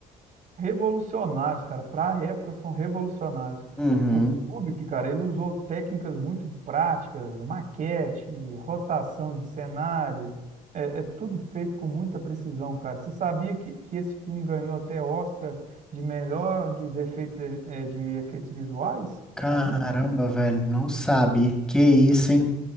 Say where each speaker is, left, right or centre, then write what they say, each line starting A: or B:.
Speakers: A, on the right (about 55°); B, in the centre.
A: revolucionários, cara. Para a época, são revolucionários.
B: Uhum.
A: O Kubrick, cara, ele usou técnicas muito práticas, maquete, rotação de cenário. É, é tudo feito com muita precisão, cara. Você sabia que, que esse filme ganhou até Oscar de melhor de efeitos, eh, de efeitos visuais?
B: Caramba,
A: Sabia?
B: velho, não sabe. Que isso, hein?